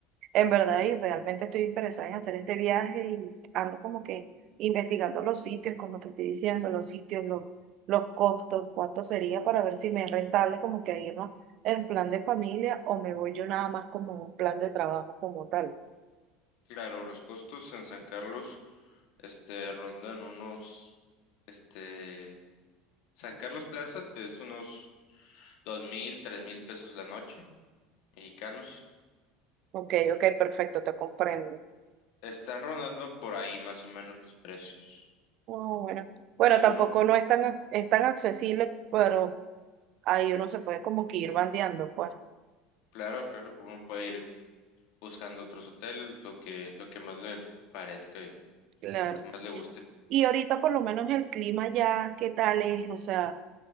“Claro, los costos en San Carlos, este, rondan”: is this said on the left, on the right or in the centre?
Left